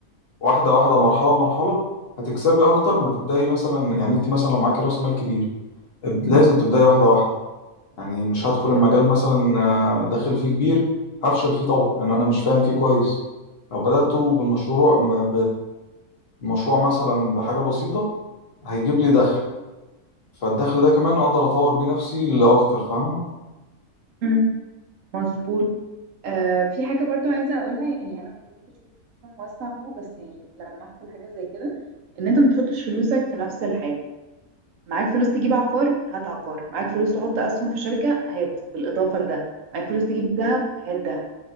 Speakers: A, on the left; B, on the right.
A: واحدة واحدة مرحلة مرحلة هتكسبي اكتر ما تبدأي مثلا يعني انت مثلا لو معاكي راس مال كبير لازم تبدأي واحدة واحدة يعني مش هدخل المجال مثلا آه، داخل فيه كبير هفشل فيه طبعا لان انا مش فاهم فيه كويس لو بدأت بمشروع م- بمشروع مثلا بحاجة بسيطة هيجيب لي دخل فالدخل ده كمان اقدر اطور بيه نفسي لاكتر فاهمة
B: امم مظبوط آه في حاجة برضو عايزة أقولها يعني أنا ما كنتش موسع فوق بس يعني لمحت لحاجة زي كده إن أنت ما تحطش فلوسك في نفس الحاجة معاك فلوس تجيب عقار هات عقار معاك فلوس تحط اسهم في شركه هات بالاضافه لده معاك فلوس تجيب ذهب هات ذهب